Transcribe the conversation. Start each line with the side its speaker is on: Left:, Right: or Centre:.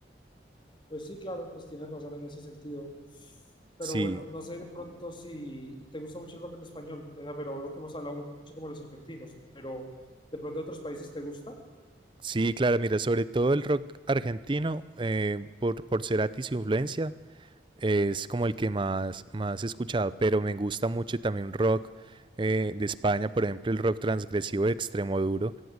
Left: Pues sí, claro, pues tienes razón en ese sentido. Pero
Right: Sí,
Left: bueno, no sé de pronto si te gusta mucho el rock en español, eh, pero veo que hemos hablado mucho como los argentinos, pero de pronto de otros países te gusta.
Right: sí, claro, mira, sobre todo el rock argentino, eh, por, por Cerati y su influencia, es como el que más, más he escuchado, pero me gusta mucho también rock eh, de España, por ejemplo, el rock transgresivo de Extremoduro,